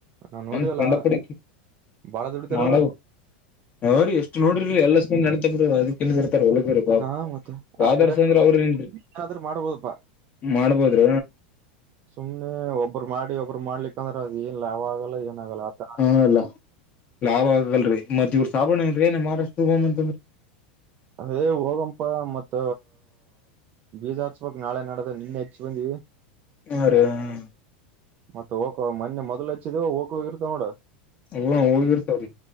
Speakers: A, on the right; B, on the left.
A: ನಾವ್
B: ನನ್
A: ನೋಡಿವಲ್ಲ
B: ಕೊಂಡ ಪಡ
A: ಬಾಳ ದುಡಿತಾರ
B: ಮಾಡ
A: ಅವ್ರು
B: ಅವ್ರ ಎಷ್ಟು ನೋಡ್ರ ಎಲ್ಲಷ್ಟಂದ ನೆತ್ರ ಅದ ಒಳಗಾಪ
A: ಹಾ ಮತ್ತ ಆತರ
B: ಾದರ್ಸ್ ಅಂದ್ರ ಅವ್ರಿ
A: ಏನಾದ್ರೂ ಮಾಡ್ಬೋದಪ್ಪಾ
B: ಮಾಡ್ಬೋದ್ರ
A: ಸುಮ್ನೆ ಒಬ್ಬರು ಮಾಡಿ ಒಬ್ರ ಮಾಡ್ಲಿಕ್ಕಂದ್ರೆ ಅದ ಏನ್ ಲಾಭ ಆಗಲ್ಲ ಏನಾಗಲ್ಲ ಆತ
B: ಹಲ್ಲ ಲಾಭ ಆಗಲ್ರರಿ ಮತ್ ಇವ್ರ ಸಾಬಣ ಏನ್ರೀ ಏನ ಮಹಾರಾಷ್ಟ್ರ ಹೋಗಮಂತ ಅಂದ್ರ
A: ಅದೇ ಹೋಗಂಪ ಮತ್ತ ಬೀಜಾ ಹಚ್ಚ ಚ್ಚಬೇಕ ನಾಳೆ ನಡ್ದ ನಿನ್ನೆ ಹಚ್ಚಿ ಬಂದ್ವಿ
B: ಹಾ ರಿ ಹ್ಮ
A: ಮತ್ತ ಹೋಕೋ ಮೊನ್ನೆ ಮೊದ್ಲು ಹಚ್ಚಿದ ಓಕೋಗಿರ್ತಾವ ನೋಡ
B: ಹ್ಮ ಹೋಗಿರತ್ತಾವ ರೀ